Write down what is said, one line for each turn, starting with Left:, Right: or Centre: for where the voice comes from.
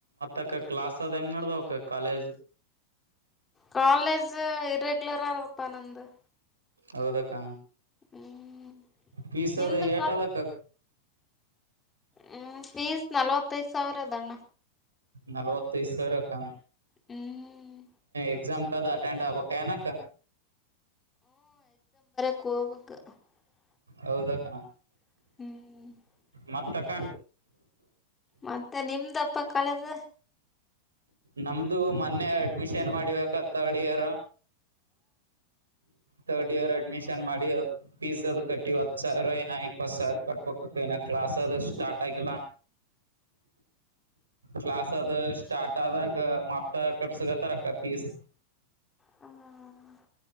Right: ಅಕ್ಕ ಕ್ಲಾಸ್ ಅದೆಂಗಡೆದ ವಕ್ಕ ಕಾಲೇಜ್
Left: ಕಾಲೇಜ್ ರೆಗಲರಾ ಆದಪ್ಪ ನಂಬದ
Right: ಹೌದಕ್ಕ
Left: ಹ್ಮ್
Right: ಪೀಸದು
Left: ನಿಂದು
Right: ಏಟ ಅದಕ್ಕ
Left: ಹ್ಮ ಫೀಸ್ ನಲ್ವತ್ತೈದು ಸಾವಿರ ಆದಣ್ಣ
Right: ನಲವತ್ತೈದ ಸಾವಿರ ಅಕ್ಕ
Left: ಹ್ಮ್
Right: ಎಕ್ಸಾಮ್ಕೋ ಅದು ಅಟೆಂಡ್ ಆಗಬೇಕೇನ ಅಕ್ಕ
Left: ಹೋಗ್ಬೇಕು
Right: ಹೌದಾ ಅಕ್ಕ
Left: ಹ್ಮ್
Right: ಮತ್ ಅಕ್ಕ
Left: ಮತ್ತೆ ನಿಮ್ದಪ್ಪ ಕಾಲೇಜ್
Right: ನಮ್ದು ಮೊನ್ನೆ ಅಡ್ಮಿಷನ್ ಮಾಡಿ ವಿ ಅಕ್ಕ third year third year admission ಮಾಡಿ ಫೀಸ್ ಅದ್ ಕಟ್ಟಿ ಹತ್ತು ಸಾವಿರ ಏನ ಇಪ್ಪತ್ತು ಸಾವಿರ ಕಟ್ಪ ಬೇಕ ಅಕ್ಕ ಕ್ಲಾಸ್ ಅದು ಸ್ಟಾರ್ಟ್ ಆಗಿಲ್ಲ ಕ್ಲಾಸ್ ಅದು ಸ್ಟಾರ್ಟ್ ಆದಾಗ ಮಾತ್ ಕಟ್ಸಗತ್ತಾರಕ್ಕ ಪೀಸ್
Left: ಹ್ಮ್